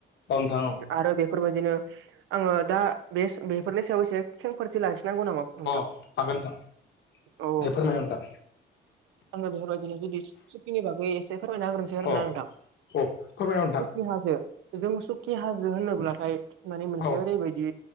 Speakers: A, on the left (about 65°); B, on the right (about 85°).
A: औ नोंथां
B: आरो बेफो बेफोरबायदिनो आङो दा बे बेफोरनि सायाव एसे खेंफारथि ला नांगौ नामा नोंथां
A: औ अ हागोन नोंथां दे
B: औ
A: फोरमाय नोंथां।
B: आङो बेफोरबायदिनो जुदि सुकिनि बागै एसे फोरमायना होग्रोनोसै आरोना
A: अ
B: नोंथां।
A: अ फोरमायना हो
B: सुकि हाजो जों सु हाजो होनोब्लाथाय माने मोनसे
A: नोंथां अ
B: ओरैबायदि